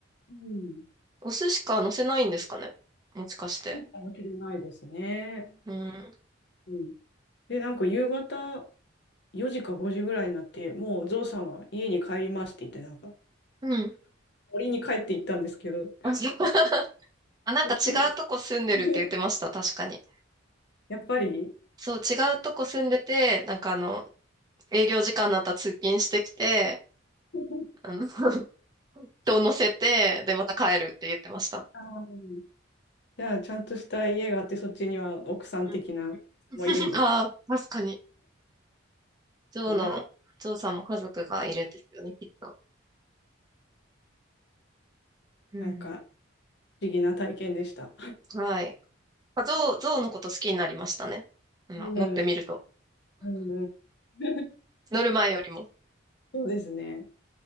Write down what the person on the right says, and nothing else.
お寿司か乗せないんですかねもしかして。
うん。
うん。<laughs>
あ、そう <laughs> あなんか違うとこ住んでるって言ってました、
確かに。
そう、違うとこ住んでて、なんかあの、営業時間になったら通勤してきて、
あの、<laughs> 人を乗せて、で、また帰るって言ってました。
うん。<laughs> ああ、確かに。ジョーの、
ジョーさんも家族がいるんですよね、きっと。うん。
はい。まあゾウ、ゾウのこと好きになりましたね。あの、
乗ってみると。
乗る前よりも。